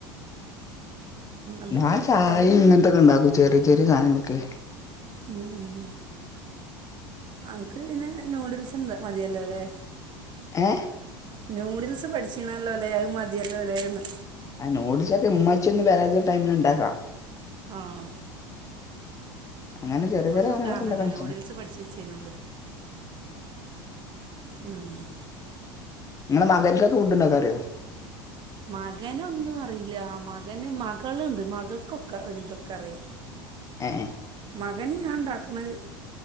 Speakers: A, on the right; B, on the left.
A: അതും
B: ഞാൻ
A: ഇടും
B: ചായിം
A: തൈര്
B: ഇങ്ങൻത്തൊക്കെ ഇണ്ടാക്കും ചെറിയ ചെറിയ സാനങ്ങളൊക്കെ
A: ഉം അന്ക്ക് പിന്നെ ഏഹ് നൂഡിൽസെന്തെ മതിയല്ലോല്ലേ
B: ഏഹ്
A: നൂഡിൽസ് പഠ്ച്ച്ണല്ലോല്ലേ അഹ് മതിയല്ലോല്ലേന്ന്
B: ആഹ് നൂഡിൽസക്കെ ഇമ്മച്ചിയൊന്നും <unintelligible> ടൈമില് ഇണ്ടാക്കാ
A: ആഹ്
B: അങ്ങനെ ചെറിയെ ചെറിയെ
A: സുഖാണല്ലോ
B: സാനങ്ങളൊക്കെ ഇണ്ടാക്കാ പഠ്ച്ച്ണ്
A: <unintelligible> ഉം
B: ഇങ്ങളെ മകൻക്കൊക്കെ ഫുഡ് ഇണ്ടാക്കാ അറിയോ
A: മകനൊന്നും അറീല്ല മകന് മകള്ണ്ട് മകൾക്കൊക്കെ ഒരിതൊക്കെ അറിയാ
B: ഏഹ്
A: മകന് ഞാൻ ഇണ്ടാക്ക്ണെ അഹ്